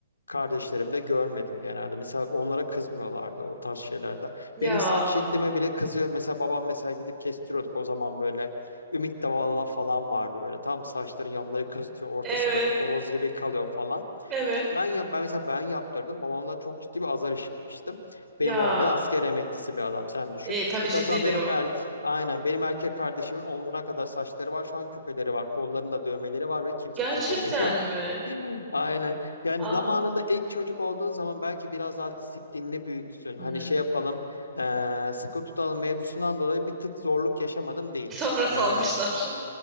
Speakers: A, on the left; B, on the right.
A: kardeşlerimde görmedim genelde. Mesela onlara kızmıyorlardı o tarz şeylerde.
B: Ya.
A: Benim saç şeklime bile kızıyor. Mesela babam mesela gidip kestiriyorduk o zaman böyle Ümit Davala falan vardı böyle. Tam saçların yanları kızıtıyor. Ortası
B: Evet.
A: böyle horoz gibi kalıyor falan.
B: Evet.
A: Ben ya ben mesela ben yaptırdım. Babamdan çok ciddi bir azar işitmiştim.
B: Ya.
A: Benim babam bile asker emeklisi bir adam sen düşün.
B: E, tabii
A: Mesela
B: ciddidir
A: şu an benim
B: o.
A: erk aynen benim erkek kardeşimin omzuna kadar saçları var. Şu an küpeleri var. Kollarında dövmeleri var ve kimse
B: Gerçekten
A: bir şey demiyor.
B: mi?
A: <laughs> Aynen. Yani
B: Aa.
A: zamanında ilk çocuk olduğun zaman belki biraz daha disiplinli büyütsün. Hani
B: Hmm.
A: şey yapalım, eee sıkı tutalım mevzusundan dolayı bir tık zorluk yaşamadım değil.
B: Sonra salmışlar.
A: Eee,